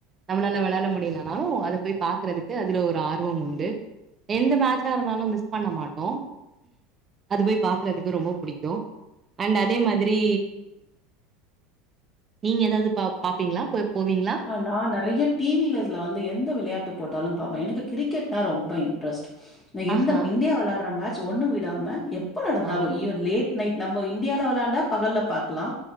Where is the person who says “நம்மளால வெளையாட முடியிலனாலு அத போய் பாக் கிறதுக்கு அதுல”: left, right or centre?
Right